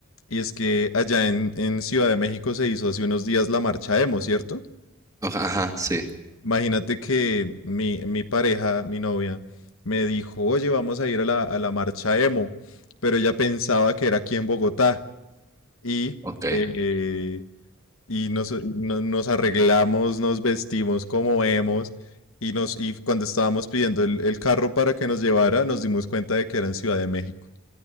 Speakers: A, on the left (about 70°); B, on the right (about 15°).
A: y es que allá en, en Ciudad de México se hizo hace unos días la marcha emo, ¿cierto?
B: Ajá, ajá, sí.
A: Imagínate que mi, mi pareja, mi novia, me dijo, oye, vamos a ir a la, a la marcha emo, pero ella pensaba que era aquí en Bogotá y,
B: Ok.
A: eh, y nos, no- nos arreglamos, nos vestimos como emos y, nos, y cuando estábamos pidiendo el, el carro para que nos llevara, nos dimos cuenta de que era en Ciudad de México.